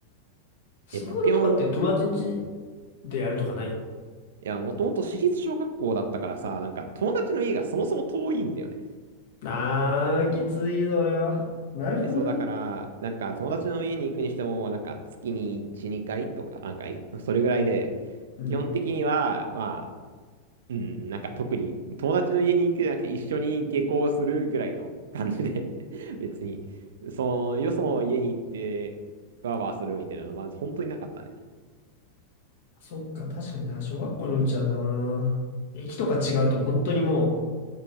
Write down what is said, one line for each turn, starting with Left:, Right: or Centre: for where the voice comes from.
Left: スマブラとかって友達ん家
Right: え、ポケモン、い
Left: でやるとかない
Right: や、もともと私立小学校だったからさ、なんか友達の家がそもそも遠いんだよね。
Left: あー、きついぞ、俺は。なるほどね。
Right: え、そうだから、なんか友達の家に行くにしても、なんか月に1、2回とか、なんかいそれぐらいで、
Left: うん。
Right: 基本的には、まあうん、なんか特に友達の家に行くじゃなくて一緒に下校するぐらいの感じで <laughs> 別に、その、よその家に行って、バーバーするみたいなのは、まず本当になかったね。
Left: そっか、確かにな、小学校のうちはな、駅とか違うと本当にも